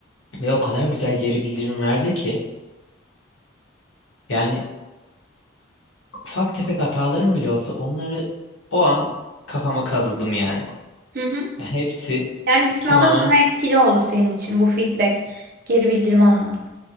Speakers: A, on the left; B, on the right.
A: Ve o kadar güzel geri bildirim verdi ki yani ufak tefek hatalarım bile olsa onları o an kafama kazıdım yani.
B: hı hı.
A: Yani hepsi
B: Yani bir sınavdan
A: tamamen
B: daha etkili oldu senin için bu feedback, geri bildirim almak.